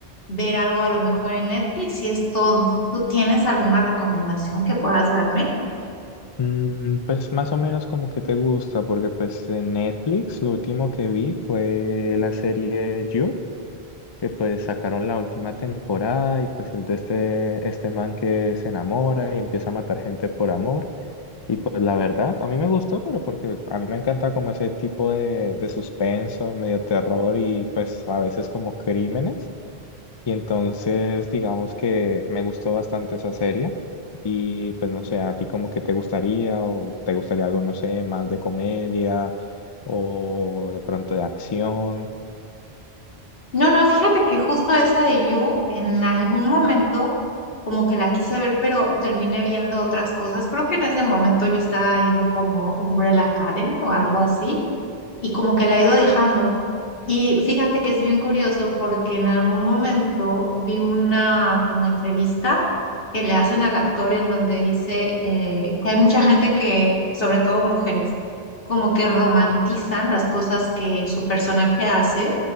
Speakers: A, on the left; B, on the left.
A: ver algo a lo mejor en Netflix y es todo. ¿Tú tienes alguna recomendación que puedas darme?
B: Mm, pues más o menos como que te gusta, porque pues en Netflix lo último que vi fue la serie You. que pues sacaron la última temporada y pues es de este, este man que se enamora y empieza a matar gente por amor. Y pues la verdad, a mí me gustó, pero porque a mí me encanta como ese tipo de, de suspenso, medio terror y pues a veces como crímenes. Y entonces digamos que me gustó bastante esa serie. Y pues no sé, a ti como que te gustaría o te gustaría algo, no sé, más de comedia o de pronto de acción.
A: No, no, fíjate que justo esa de You en algún momento como que la quise ver, pero terminé viendo otras cosas. Creo que en ese momento yo estaba viendo como Umbrella Academy o algo así y como que la he ido dejando. Y fíjate que es bien curioso porque en algún momento vi una como entrevista que le hacen al actor en donde dice eh, que hay mucha gente que, sobre todo mujeres, como que romantizan las cosas que su personaje hace.